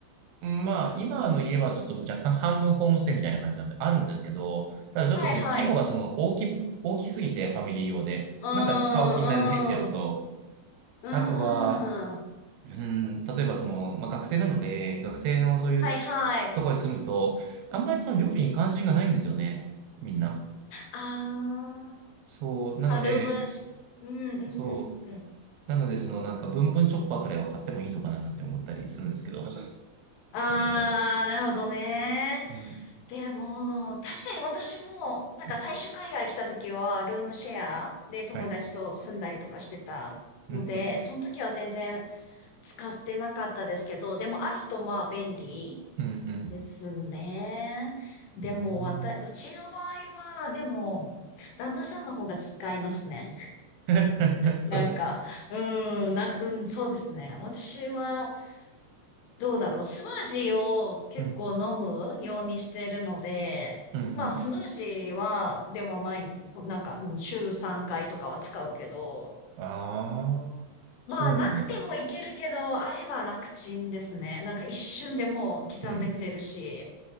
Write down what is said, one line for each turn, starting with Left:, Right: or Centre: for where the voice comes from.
Right: まあ、今の家はちょっと若干半分ホームステイみたいな感じなんで、あるんですけど、ただちょっとその規模がその大き、
Left: はいはい、
Right: 大きすぎて、ファミリー用で、
Left: うーん、
Right: なんか使う気になれないっていうのと、
Left: うん、うーん、
Right: あとは、うん、例えばその、まあ、学生なので、学生のそういう
Left: はいはい、
Right: ところに住むと、あんまりその料理に関心がないんですよね、みんな。
Left: あー
Right: そう、なので、
Left: あ、ルーム、うん、うん、
Right: そ
Left: うん、うん。
Right: う、なので、そのなんか、ブンブンチョッパーくらいは買ってもいいのかななんて思ったりするんですけど、<laughs> どうなんですかね。
Left: ああ、なるほどね。
Right: うん、
Left: でも、確かに私も、なんか最初海外来た時は、
Right: うん、
Left: ルームシェアで友達と住んだりとかしてたので、
Right: はい。うん、うん、
Left: その時は全然使ってなかったですけど、でもあるとまあ便利
Right: うん、うん。
Left: ですね。でも、
Right: うん
Left: わた、うちの場合は、でも、旦那さんの方が使いますね。
Right: <laughs> そうですね。
Left: なんか、うーん、なんか、うん、そうですね。私は、どうだろう。スムージーを結構飲むようにしてるので、
Right: うん、うん、うん。
Left: まあスムージーは、でも毎、なんか、うん週3回とかは使うけど、
Right: ああ、
Left: まあなくてもいけるけど、
Right: そうなんです。
Left: あれば楽ちんですね。なんか一瞬でもう刻んでくれるし。
Right: うん、